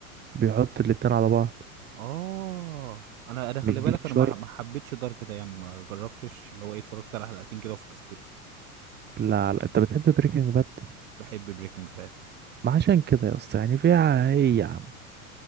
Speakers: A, on the right; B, on the right.
A: بيحط الاتنين على بعض
B: اه انا انا خلي
A: مدين
B: بالك
A: شويه
B: انا ما ما حبيتش دارك ده يعني ما جربتش اللي هو ايه اتفرجت على حلقتين كده وفكستله
A: لا لا انت بتحب بريكنج باد
B: بحب بريكنج باد
A: ما عشان كده يا اسطى يعني فيها ايه يا عم